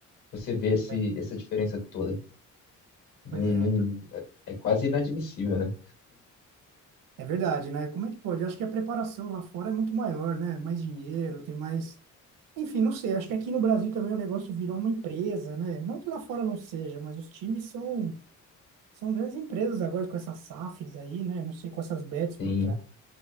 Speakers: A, on the left (about 75°); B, on the right (about 80°).
A: Você vê
B: Pois
A: esse,
B: é.
A: essa diferença toda. Num,
B: Pois é.
A: num- é é quase inadmissível, né?
B: É verdade, né? Como é que pode? Eu acho que a preparação lá fora é muito maior, né? Mais dinheiro, tem mais. Enfim, não sei. Acho que aqui no Brasil também o negócio virou uma empresa, né? Não que lá fora não seja, mas os times são, são grandes empresas agora com essas SAFs aí, né? Não sei, com essas bets por
A: Sim.
B: trás,